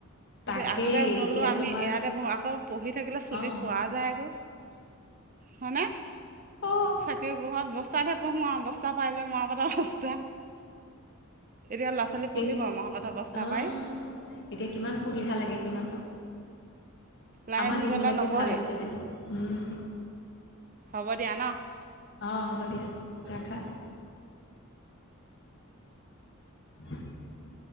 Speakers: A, on the left; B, on the right.
A: তাকেই
B: যে আগতে
A: এতিয়া
B: বোলো আমি
A: তোমাৰ
B: ইয়াতে পঢ়ো। আকৌ পঢ়ি থাকিলে চুলি
A: অ',
B: পোৱা যায় আক'। হনে?
A: অ',
B: চাকিৰ পোহৰত বস্তাতহে পঢ়ো আ বস্তা পাৰি লৈ মৰাপাটৰ বস্তা। এতিয়া লছালী
A: সেই
B: পঢ়িব মৰাপাটৰ বস্তা
A: অ',
B: পাই?
A: এতিয়া কিমান সুবিধা লাগে সিহঁতক।
B: লাইন
A: আমাৰ দিনবিলাকে
B: গ'লে নপঢ়েই
A: ভাল আছিলে। উম।
B: হ'ব দিয়া ন?
A: অ হ'ব দিয়া ৰাখা। <inaudible>